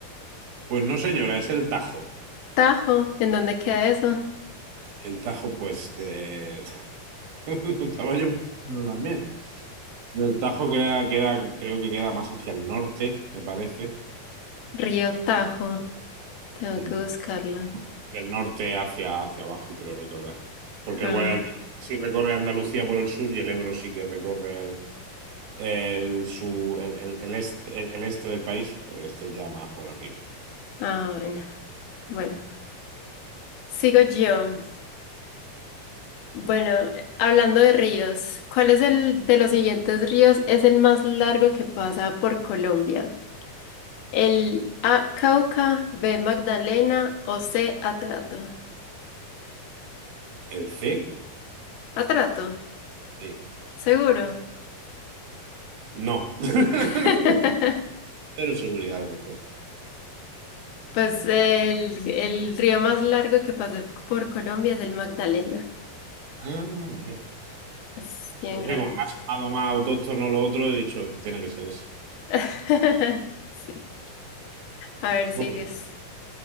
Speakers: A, on the right; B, on the left.
A: Pues no, señora, es el Tajo.
B: Tajo, ¿en dónde queda eso?
A: El Tajo, pues, eh, <laughs> lo estaba yo pensando también. El Tajo queda, queda- creo que queda más hacia el norte, me parece.
B: Río Tajo, tengo
A: Mm.
B: que buscarlo.
A: Del norte hacia, hacia abajo, creo recordar. Porque
B: Ah,
A: el Guadalquivir sí recorre Andalucía por el sur y el Ebro sí que recorre el, el, su, el, el, el este, el, el este del país, pero este ya más por arriba.
B: ah, bueno, bueno. Sigo yo. Bueno, eh, hablando de ríos, ¿cuál es el de los siguientes ríos es el más largo que pasa por Colombia? El A, Cauca, B, Magdalena o C, Atrato.
A: ¿El C?
B: Atrato,
A: Sí.
B: seguro.
A: No. <laughs>
B: <laughs>
A: Pero seguridad al respecto.
B: Pues el, el río más largo que pasa por Colombia es el Magdalena.
A: Ah, mira.
B: Es bien
A: No
B: grande.
A: sé, como me ha sonado más autóctono lo otro, he dicho, tiene que ser ese.
B: <laughs> Sí. A ver,
A: Bueno,
B: sigues.